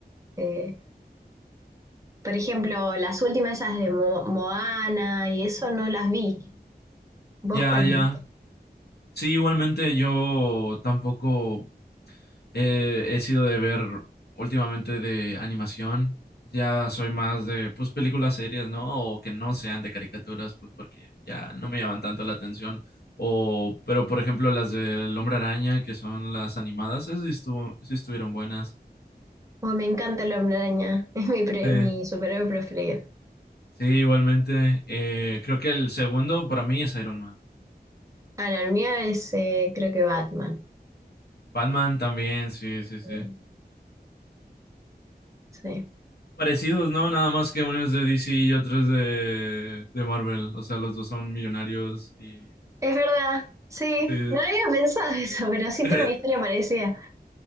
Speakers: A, on the right; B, on the left.
A: Eh, por ejemplo, las últimas esas de Mo- Moana y eso no las vi. ¿Vos
B: Ya,
A: cuál?
B: ya.
A: viste?
B: Sí, igualmente yo tampoco Eh, he sido de ver últimamente de animación. Ya soy más de, pues, películas serias, ¿no? O que no sean de caricaturas, pues, porque ya no me llaman tanto la atención. O, pero, por ejemplo, las del Hombre Araña, que son las animadas, esas sí, estuvo- sí estuvieron buenas.
A: Oh, me encanta el Hombre Araña. <laughs> Es mi, pre-
B: Sí,
A: mi superhéroe preferido.
B: sí, igualmente. Eh, creo que el segundo para mí es Iron Man.
A: Ah, no, el mío es eh, creo que Batman.
B: Batman también, sí, sí, sí.
A: Eh, Sí.
B: Parecidos, ¿no? Nada más que uno es de DC y otro es de, de Marvel. O sea, los dos son millonarios y
A: Es verdad, sí.
B: Sí,
A: No había pensado <laughs> eso, pero sí
B: <laughs>
A: tiene una historia parecida.